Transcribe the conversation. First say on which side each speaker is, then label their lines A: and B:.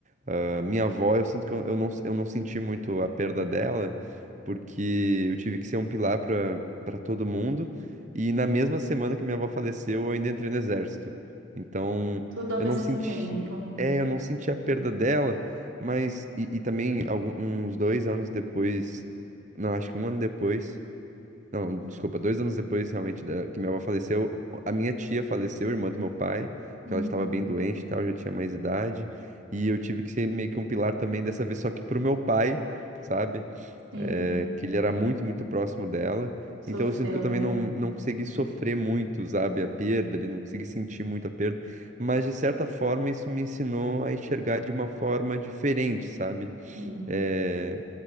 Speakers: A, on the right (about 35°); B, on the right (about 90°).
A: ah, minha avó, eu sinto que eu, eu não, eu não senti muito a perda dela, porque eu tive que ser um pilar para para todo mundo. E na mesma semana que minha avó faleceu, eu ainda entrei no exército. Então,
B: Tudo ao
A: eu
B: mesmo
A: não senti,
B: tempo.
A: é, eu não senti a perda dela, mas e, e também algum, uns dois anos depois, não, acho que um ano depois. Não, desculpa, dois anos depois realmente da- que minha avó faleceu, a minha tia faleceu, irmã do meu pai,
B: Uhum,
A: que ela já estava bem doente e tal, já tinha mais idade, e eu tive que ser meio que um pilar também dessa vez, só que pro meu pai, sabe?
B: Sim,
A: É, que ele era muito, muito próximo dela,
B: sofreu,
A: então eu sinto que eu também
B: né?
A: não, não consegui sofrer muito, sabe? A perda, ele não consegui sentir muito a perda, mas de certa forma isso me ensinou a enxergar de uma forma diferente, sabe?
B: Sim,
A: Eh,